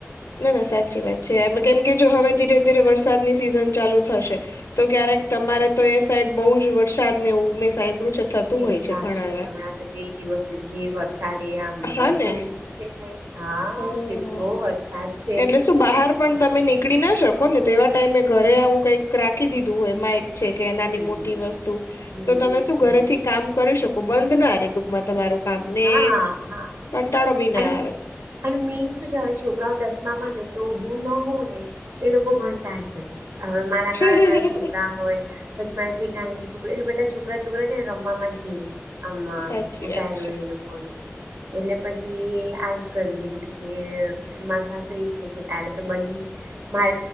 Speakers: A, on the left; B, on the right.
A: ના ના સાચી વાત છે એ કેમ કે જો હવે
B: અને
A: ધીરે ધીરે વરસાદની સિઝન ચાલુ થશે. તો ક્યારેક
B: હમ,
A: તમારે તો એ સાઈડ બઉુ જ વરસાદ ને એવું મેં સાંભળ્યું. છે થતું
B: કેટલા
A: હોય ઘણા
B: છે
A: વાર
B: હમણાં તો બે દિવસ જે વર. તારે આમ
A: હા
B: માજા
A: ને
B: મૂકી છે કઈ હા
A: હમ
B: કેટલો વરસાદ છે.
A: એટલે શું બહાર પણ તમે નીકળી ના શકો ને તેવા ટાઈમે ઘરે આવું કઈક રાખી દીધું હોય એમાં એક. કે એનાની
B: હમ
A: મોટી વસ્તુ
B: હમ
A: તો તમે શું ઘરેથી
B: હમ
A: કામ કરી શકો. બંધ ના ર ટૂંકમાં તમારું કામ ને.
B: હા હા
A: કંટાળો બી
B: અને
A: ના
B: અને મેીન શું છે હવે છોકરાઓ દસમામાં નથી. તો હું ન હોઉં ને તો એ લોકો ભણતા જ નથી. હવે મારા
A: આવે
B: નણ ના છોકરા હોય. જે ઠાણીુંનોકરી એટલે બધા છોકરા છોકરા છે ને રમવા જ જેવું. અમમાં
A: સાચી
B: ઘુટાયળું
A: વાત છે
B: એ લોકો કોનું. એટલે પછી આજ કરી દીધું કે મા સાસુ એજ કે તારે તો બ. મા